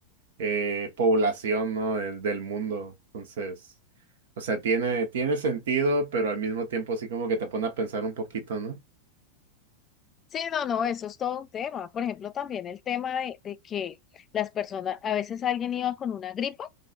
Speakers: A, on the right; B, on the left.
A: eh, población, ¿no? Del, del mundo. Entonces, o sea, tiene, tiene sentido, pero al mismo tiempo sí como que te pone a pensar un poquito, ¿no?
B: Sí, no, no, eso es todo un tema. Por ejemplo, también el tema de, de que las personas, a veces alguien iba con una gripa